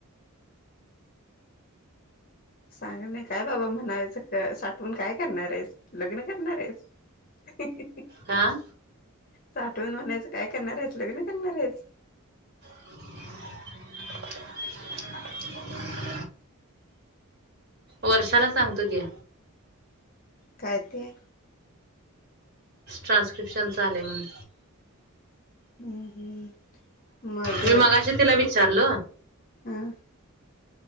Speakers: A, on the left; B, on the right.
A: सांग नाही काय बाबा म्हणायचं, साठवून काय करणारेस, लग्न करणारेस? हि हि <unintelligible>
B: आं?
A: साठवून म्हणायचं काय करणारेस लग्न करणारेस?
B: <inaudible> वर्षाला सांगतो की.
A: काय ते?
B: ट्रान्स्क्रिप्शन चा आलय म्हणून.
A: हम्म -हम्म. मग
B: मी मगाशी तिला विचारल
A: हं?